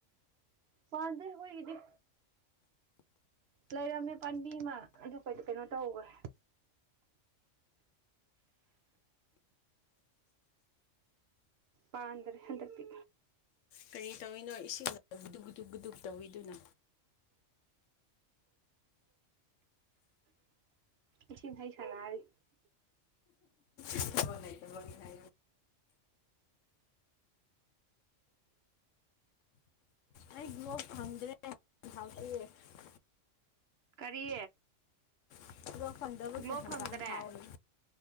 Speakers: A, on the right; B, on the left.
A: ꯄꯥꯟꯗꯦ ꯍꯣꯏꯒꯤꯗꯤ ꯂꯩꯔꯝꯃꯦ ꯄꯥꯟꯕꯤ ꯃꯥ ꯑꯗꯨ ꯀꯩꯗꯣ ꯀꯩꯅꯣ ꯇꯧꯒ꯭ꯔꯦ ꯄꯥꯟꯗꯔꯦ ꯍꯟꯗꯛꯇꯤ
B: ꯀꯔꯤ ꯇꯧꯋꯤꯅꯣ ꯏꯁꯤꯡ ꯒꯨꯗꯨꯛ-ꯒꯨꯗꯨꯛ-ꯒꯗꯨꯛ ꯇꯧꯋꯤꯗꯨꯅ
A: ꯏꯁꯤꯡ ꯍꯩ ꯁꯥꯟꯅꯥꯔꯤ
B: ꯊꯕꯛ ꯂꯩꯇꯕꯒꯤ ꯍꯩ ꯑꯩ ꯒ꯭ꯂꯣꯞ ꯐꯪꯗ꯭ꯔꯦ <unintelligible>
A: ꯀꯔꯤ
B: <unintelligible> ꯐꯪꯗꯕꯒꯤ
A: ꯒ꯭ꯂꯣ
B: ꯍꯪꯒꯥꯝ
A: ꯐꯪꯗ꯭ꯔꯦ
B: ꯊꯥꯎ ꯑꯣꯏꯅ